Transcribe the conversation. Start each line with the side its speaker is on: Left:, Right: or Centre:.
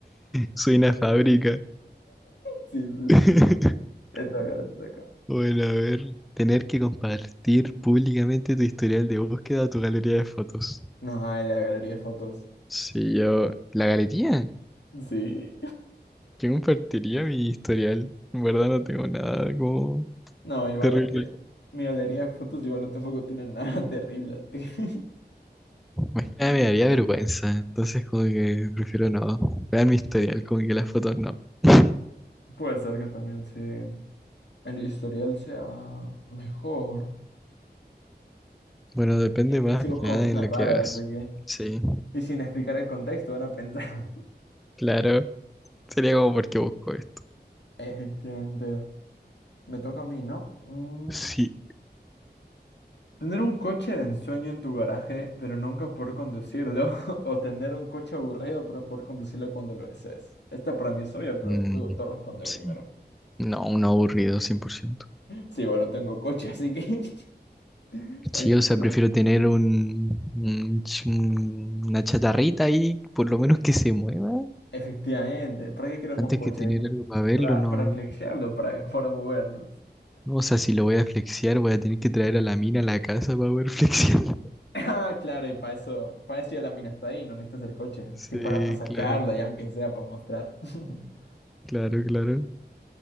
Centre: Soy una fábrica.
Left: Sí, sí,
Centre: <laughs>
Left: sí. Te toca, te toca.
Centre: Bueno, a ver, tener que compartir públicamente tu historial de búsqueda o tu galería de fotos.
Left: No, en la galería de fotos.
Centre: Si yo, la galería,
Left: Sí.
Centre: yo compartiría mi historial. En verdad no tengo nada como
Left: No, igual
Centre: terrible.
Left: es que mi galería de fotos igual no tampoco tiene nada <laughs> terrible. así que
Centre: Más que nada me daría vergüenza, entonces como que prefiero no. Vean mi historial, como que las fotos no. <laughs>
Left: <laughs> Puede ser que también sí el historial sea mejor.
Centre: Bueno, depende
Left: Es que
Centre: más
Left: yo sí
Centre: que
Left: busco
Centre: nada
Left: cosas
Centre: en lo
Left: raras,
Centre: que hagas.
Left: así que...
Centre: Sí,
Left: Y sin explicar el contexto van a pensar.
Centre: claro. Sería como porque busco esto.
Left: Entiendo. Me toca a mí, ¿no? Mm,
Centre: Sí.
Left: Tener un coche de ensueño en tu garaje, pero nunca poder conducirlo. <laughs> O tener un coche aburrido, pero poder conducirlo cuando lo desees. Esta para mí es obvia, pero
Centre: Mm,
Left: tú, tú responde
Centre: sí.
Left: primero.
Centre: No, un aburrido, cien por ciento
Left: Sí, igual no tengo coche, así que... <laughs>
Centre: Sí,
Left: Ay, qué
Centre: o sea,
Left: malo
Centre: prefiero
Left: que-
Centre: tener un, un ch- un- una chatarrita ahí, por lo menos que se mueva,
Left: Efectivamente. ¿Para qué queremos
Centre: antes
Left: coche?
Centre: que tener algo para verlo,
Left: Para,
Centre: no.
Left: para flexiarlo, para, para movernos. <laughs>
Centre: No, o sea, si lo voy a flexiar, voy a tener que traer a la mina a la casa para poder flexiar. <laughs>
Left: Ah, claro, y para eso, para eso ya la mina está ahí, no necesitas el coche.
Centre: Sí,
Left: Si es para, para sacarla,
Centre: claro,
Left: ya aunque sea para mostrar. <laughs>
Centre: claro, claro.